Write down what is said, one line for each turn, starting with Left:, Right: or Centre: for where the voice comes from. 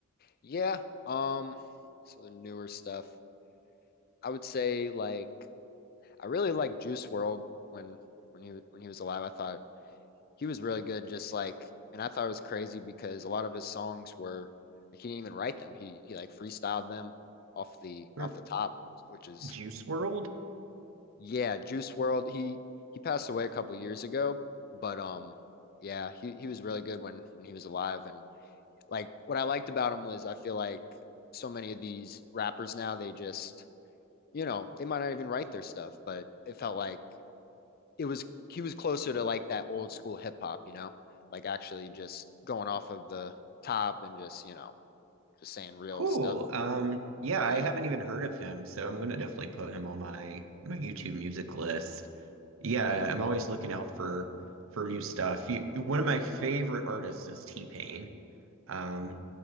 Left: Yeah, um, so the newer stuff. I would say like I really liked Juice World when when he when he was alive. I thought he was really good. Just like, and I thought it was crazy because a lot of his songs were like he didn't even write them. He he like freestyled them off the
Right: Hmm.
Left: off the top, which is
Right: Juice World?
Left: yeah. Juice World. He he passed away a couple years ago, but um yeah, he he was really good when when he was alive. And like what I liked about him was I feel like so many of these rappers now they just you know they might not even write their stuff, but it felt like it was he was closer to like that old school hip hop, you know, like actually just going off of the top and just you know just saying real
Right: Cool.
Left: stuff.
Right: Um, yeah,
Left: Yeah,
Right: I haven't even heard of him, so I'm gonna definitely put him on my my YouTube music list. Yeah,
Left: yeah.
Right: I'm always looking out for for new stuff. You, one of my favorite artists is T-Pain. Um,